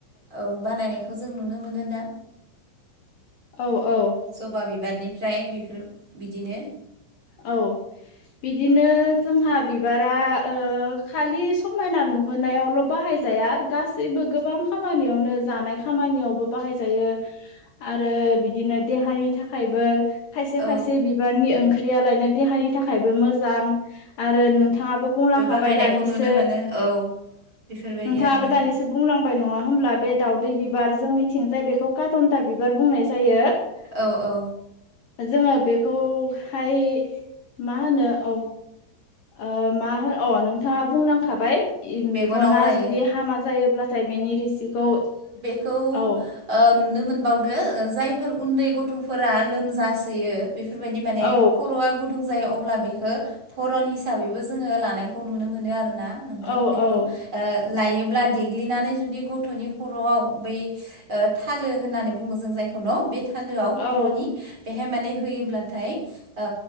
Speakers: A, on the right; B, on the left.
A: औ औ बानायनायखौ जों नुनो मोनो दा
B: औ औ
A: जबा बिबारनिफ्राय बेफोर बिदिनो
B: औ बिदिनो जोंहा बिबारा ओ खालिस समायना नुहोनायावल' बाहायजाया गास जैबो गोबां खामानियावनो जानाय खामानियावबो बाहायजायो आरो बिदिनो देहानि थाखायबो खायसे-
A: औ
B: खायसे बिबारनि ओं ख्रियालायनो देहानि थाखायबो मोजां आरो नोंथाङाबो बुंलांखाबाय
A: बाहायनायखौ
B: दानिसो
A: नुनो मोनो औ बेफोरबायदि
B: नोंथाङाबो
A: आरोना
B: दानिसो बुंलांबाय नङा होमब्ला बे दाावदै बिबार जों मिथिंजाय बेखौ काटनथा बिबार बुंनाय जायो
A: औ औ
B: जोङो बेखौहाय मा होनो औ ओ मा होनो अ नों थाङा बुंलांखाबाय इ
A: मेगनाव
B: मेगना
A: लायो
B: जुदि हामा जायोब्लाथाय बेनि रिसिखौ
A: खौ
B: औ
A: ओ नुनो मोनबावदो जायफोर उन्दै गथ'फोरा लोमजासोयो बेफोरबायदि माने
B: औ
A: खर'आ गुदुं जायो अब्ला बेखो भरन हिसाबैबो जोङो लानायखौ नुनो मोनो आरोना नोंथां
B: औ
A: बेखौ
B: औ
A: ओ लायोब्ला देग्लिनानै जुदि गथ'नि खर'आव बै ओ थालो होननानै बुङो जों जायखौ न' बे थालोआव खर'नि
B: औ
A: बेहाय माने होयोब्लाथाय ओ